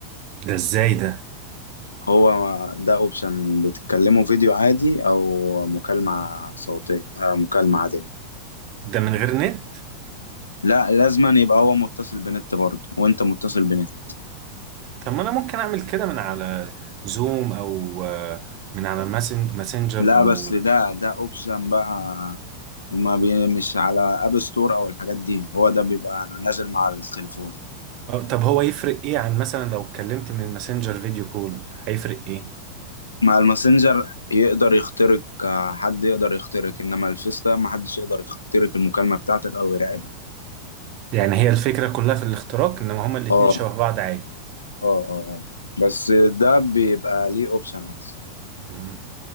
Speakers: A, on the right; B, on the left.
A: ده ازاي ده
B: هو ده اوبشن بتتكلمه فيديو عادي او مكالمة صوتية آه، مكالمة عادية
A: ده من غير نت
B: لا لازما يبقى هو متصل بنت برضه وانت متصل بنت
A: طب ما انا ممكن اعمل كده من على زوم او آه، من على ماسن- ماسنجر
B: لا
A: او
B: بس ده ده اوبشن بقى وما بي مش على اب ستور او الحاجات دي هو ده بيبقى نازل مع التليفون
A: آه، طب هو يفرق ايه عن مثلا لو اتكلمت من ماسنجر فيديو كول هيفرق ايه
B: مع الماسنجر يقدر يخترق آه، حد يقدر يخترق انما الفيس ده ما حدش يقدر يخترق المكالمة بتاعتك او يراقبها
A: يعني هي الفكرة كلها في الاختراق انما هما الاتنين
B: اه
A: شبه
B: اه
A: بعض عادي
B: اه اه بس ده بيبقى ليه اوبشن احسن
A: مم.